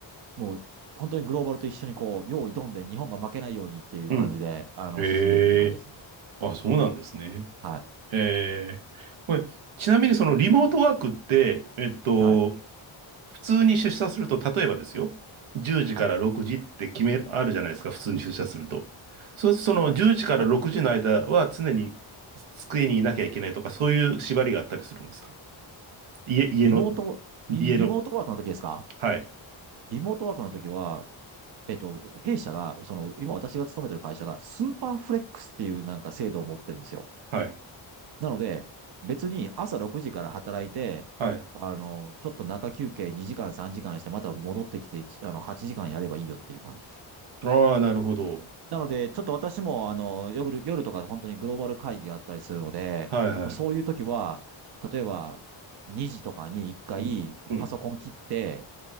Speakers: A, on the right; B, on the right.
A: う、もう、本当にグローバルと一緒にこう、用意ドんで日本が負けないようにっていう感じで、
B: うん。
A: あの、
B: ええ。
A: 進んでいくって感じですね。
B: あ、そうなんですね。
A: はい。
B: ええ。これ、ちなみにそのリモートワークって、えっと、
A: はい。
B: 普通に出社すると、例えばですよ、10時から6時って決め、
A: はい。
B: あるじゃないですか、普通に出社すると。そうすると、その10時から6時の間は常に
A: はい。はい。
B: 机にいなきゃいけないとか、そういう縛りがあったりするんですか家、家の、
A: リモート、
B: 家の、
A: リ、リモートワークの時ですか
B: はい、
A: リモートワークの時は、えっと、弊社が、その、今私が勤めてる会社が、スーパーフレックスっていうなんか制度を持ってるんですよ。
B: はい、
A: なので、別に朝6時から働いて、
B: はい。
A: あの、ちょっと中休憩2時間3時間して、また戻ってきて、あの、8時間やればいいよっていう感じです。
B: ああ、なるほど。
A: なので、ちょっと私も、あの、夜、夜とか本当にグローバル会議があったりするので、
B: はい、はい。
A: もうそういう時は、例えば、2時とかに1回、
B: うん、うん、
A: パソコン切って、